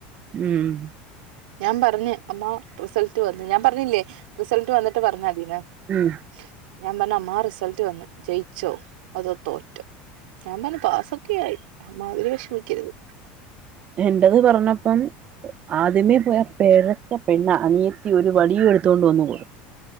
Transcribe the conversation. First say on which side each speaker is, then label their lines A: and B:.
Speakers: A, on the right (about 25°); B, on the right (about 85°).
A: ഉം
B: ഞാൻ പറഞ്ഞ് അമ്മ റിസൾട്ട് വന്നു ഞാൻ പറഞ്ഞില്ലേ റിസൾട്ട് വന്നിട്ട് പറഞ്ഞാതീന്ന് <unintelligible>
A: ഉം
B: ഞാൻ പറഞ്ഞ് അമ്മാ റിസൾട്ട് വന്നു ജയിച്ചോ അതോ തോറ്റോ ഞാൻ പറഞ്ഞ് പാസ് ക്കെയായി അമ്മാതിരി വിഷമിക്കരുത്
A: എൻ്റത് പറഞ്ഞപ്പം ആദ്യമേ പോയ പ പിഴക്ക പെണ്ണ അനിയത്തി ഒരു വടിയും എടുത്തോണ്ട് വന്നു കൊടുത്തു